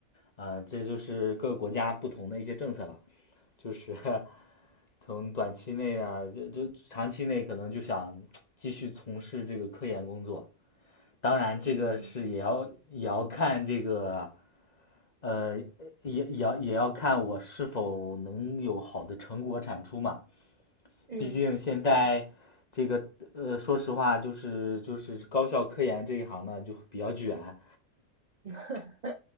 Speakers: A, on the left; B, on the right.
A: 啊、这就是各个国家不同的一些政策吧，就是从短期内呢，就就长期内可能就想继续从事这个科研工作，当然这个是也要也要看这个，
B: 嗯
A: 呃，也也要也要看我是否能有好的成果产出嘛。
B: 嗯，
A: 毕竟现在这个呃，说实话，就是就是高校科研这一行呢，就比较卷。
B: <laughs>